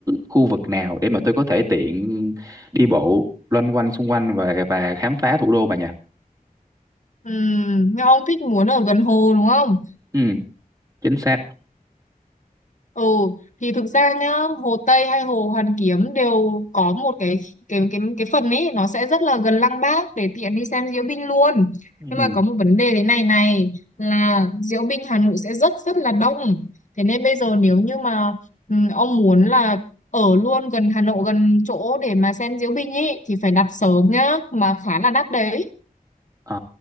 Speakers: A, on the right; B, on the left.
A: khu vực nào để mà tôi có thể tiện đi bộ loanh quanh xung quanh và và khám phá thủ đô bà nhỉ?
B: Ừ, nhưng ông thích muốn ở gần hồ đúng không?
A: Ừ, chính xác.
B: Ừ, thì thực ra nhá, Hồ Tây hay Hồ Hoàn Kiếm đều có một cái cái cái cái phần ấy nó sẽ rất là gần Lăng Bác để tiện đi xem diễu binh luôn.
A: Ừ.
B: Nhưng
A: Ừ.
B: mà có một vấn đề thế này này là diễu binh Hà Nội sẽ rất rất là đông. Thế nên bây giờ nếu như mà ừm, ông muốn là ở luôn gần Hà Nội gần chỗ để mà xem diễu binh ấy thì phải đặt sớm nhá, mà khá là đắt đấy.
A: À,